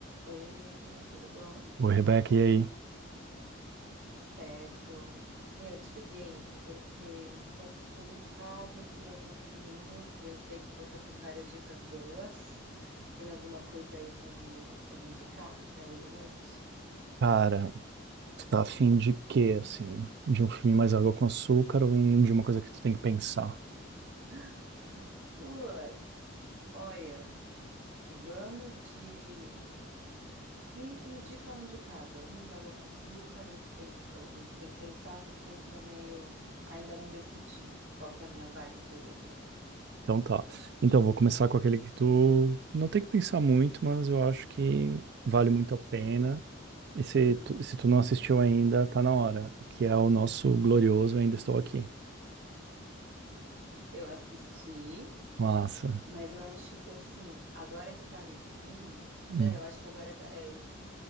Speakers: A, on the right; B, on the right.
A: Oi, amigo, tudo bom?
B: Ô, Rebeca, e aí?
A: Tudo certo? Meu, te liguei porque tô aqui de bobeira em casa, queria ver um filminho e eu sei que você tem várias dicas boas. Tem alguma coisa aí para me para me indicar para hoje à noite?
B: Cara, tu tá afim de quê, assim? De um filme mais água com açúcar ou um- de uma coisa que tu tem que pensar?
A: <gasps> Ah, Putz, olha, vamos de me indica um de cada, um de água com açúcar, um de tem que- um que tem que pensar porque eu sou meio ainda não decidi qual que é a minha vibe de hoje.
B: Então tá. Então, vou começar com aquele que tu não tem que pensar muito, mas eu acho que vale muito a pena. E se
A: Uhum.
B: tu, se tu não assistiu ainda, tá na hora, que é o nosso glorioso Ainda Estou Aqui.
A: Eu assisti,
B: Massa.
A: mas eu acho que assim, agora que tá no streaming,
B: Hum,
A: né? Eu acho que agora tá, é isso.